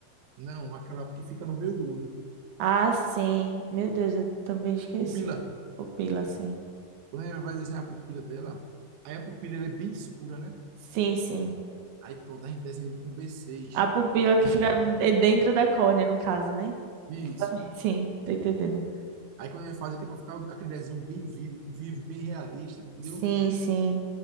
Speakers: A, on the right (about 65°); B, on the right (about 80°).
A: Não, aquela que fica no meio do olho.
B: Ah, sim. Meu Deus, eu também esqueci.
A: Pupila.
B: Pupila, sim.
A: Quando a gente vai desenhar a pupila dela, aí a pupila ela é bem escura, né?
B: Sim, sim.
A: Aí pronto, a gente desenha com B6,
B: A pupila
A: entendeu?
B: que fica é dentro da córnea, no caso, né?
A: Isso.
B: Que também- <laughs> Sim, tô entendendo.
A: Aí quando a gente faz aqui é para ficar aquele desenho bem vivo, vivo, bem realista, entendeu?
B: Sim, sim.